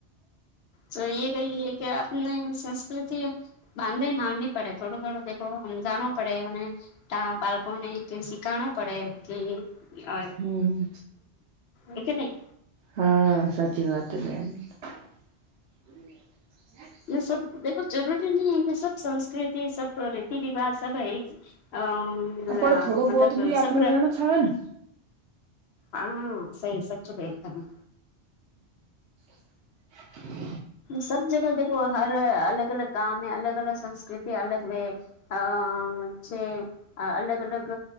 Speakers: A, on the left (about 65°); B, on the right (about 75°).
A: તો ઈ એ કહીએે કે આપને સંસ્કૃતિ બાંધીને હાલની પડે થોડું થોડું દેખો સમજાણો પડે અને બાળકોને કે શીખાણો પડે કે અ
B: હમ
A: હે કે નહીં?
B: હા <inaudible>
A: યે સબ દેખો જરૂરી ની હે કે સબ સંસ્કૃતિ સબ રીતિ રિવાજ સબ હે અ હહ
B: પણ
A: આ
B: થોડો
A: મતલબ
B: બહોત બી આપણો
A: સંપ્ર
B: રહેણો છાવે ને
A: હા સહી સચી કહી તમે
B: <inaudible>
A: સબ જગહ દેખો હર અલગ અલગ કામ હે, અલગ અલગ સંસ્કૃતિ, અલગ વે અ છે અલગ અલગ